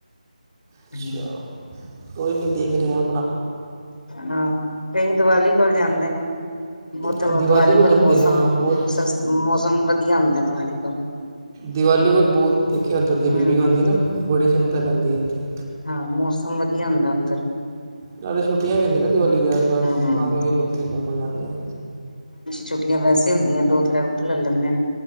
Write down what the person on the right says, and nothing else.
ਅੱਛਾ,
ਕੋਈ ਨਈ ਦੇਖ ਰਹੇ ਆਂ
ਆਹ
ਜਾਂਦੇ
ਹਾਂ ਬਹੁਤ
ਦੀਵਾਲੀ ਕੋਲ ਬੋਤ ਦੇਖਿਆ ਓਦਰ ਦੀ ਵੀਡੀਓ
ਆਂਦੀ ਨਾ, ਬੜੀ ਸੰਗਤਾਂ ਜਾਂਦੀਆਂ ਇੱਥੇ।
ਨਾਲੇ ਛੁੱਟੀਆ ਵੀ ਹੁੰਦੀਆ ਨਾ ਦਿਵਾਲੀ ਦੇ ਆਸ-ਪਾਸ
ਤਾਂ ਵੀ ਫਿਰ ਲੋਕੀ ਘੁੰਮਨ ਜਾਂਦੇ ਆ।